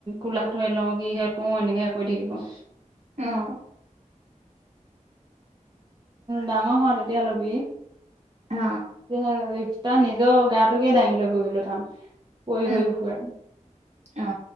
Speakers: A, on the right; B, on the right.
A: কোলাটো লওঁ কি সে ক এনেকে কৰি থাকিব
B: অহঁ।
A: ডাঙৰ হওঁ তেতিয়া লবি
B: অ
A: তাৰ নিজৰ গা টোকে দাঙিলৈ ফুৰিবলৈ টান পৰি
B: উম
A: হৈ ফৰে
B: অ